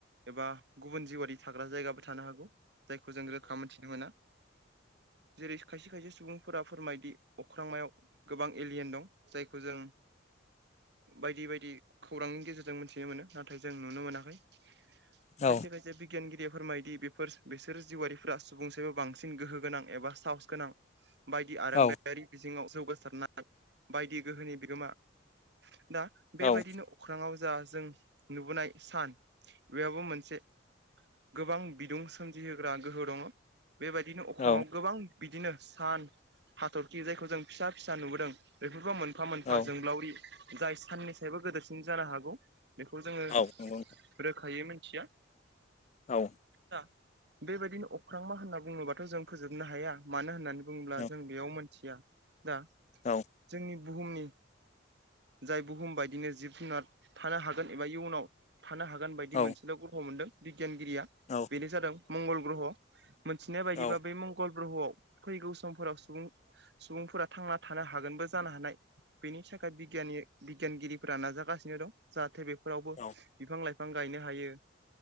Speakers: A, on the right; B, on the left.
A: एबा गुबुन जिउरारि थाग्रा जायगाबो थानो हागौ जायखौ जों रोखा मोनथिनो मोना। जेरै खायसे खायसे सुबुंफोरा फोरमायदि अख्रांमायाव गोबां एलियेन दं जायखौ जों बायदि बायदि खौरांनि गेजेरजों मोन्थिनो मोनो नाथाय जों नुनो मोनाखै।
B: औ
A: खायसे खायसे बिगियानगिरि फोरमायदि बेफोर बिसोर जिउवरारिफोरा सुबुंसाइबो बांसिन गोहो गोनां एबा साहस गोनां। बायदि आरोंदायारि
B: औ
A: बिजोङाव जौगासारनाय बायदि गोहोनि बिगोमा दा बेबायदिनो
B: औ
A: अख्राङाव जा जों नुबोनाय सान बेहाबो मोनसे गोबां बिदुं सोमजिहोग्रा गोहो दङ बेबायदिनो अख्राङाव
B: औ
A: गोबां। बिदिनो सान हाथरखि जायखौ जों फिसा फिसा नुबोदों। बेफोरबो मोनफा मोनफा
B: औ
A: जोंग्लावरि जाय सानिन सायबो गोदोरसिन जानो हागौ। बेखौ जोङो
B: औ नंगौ
A: रोखायै मिथिया।
B: औ
A: दा बेबायदिनो अख्रां मा होनना बुङोबाथ' जों फोजोबनो हाया मानो होननानै बुंब्ला
B: औ
A: जों बेयाव मोनथिया दा
B: औ
A: जोंनि बुहुमनि जाय बुहुम बायदिनो जिब जुनार थानो हागोन एबा इयुनाव थानो हागोन बायदि
B: औ
A: मोनसेल' गथ' मोनदों बिगियानगिरिया
B: औ औ
A: बेनो जादों मंगल ग्रह' मिथिनाय बायदिबा
B: औ
A: बेै मंगल ग्रह'आव फैगौ समफोराव सुबुं सुबुंफोरा थांना थानो हागोनबो जानो हानाय बेनि थाखाय बिगियाननि बिगियानगिरिफोरा नाजागासिनो दं जाहाथे बेफोरावबो
B: औ
A: बिफां लाइफां गायनो हायो।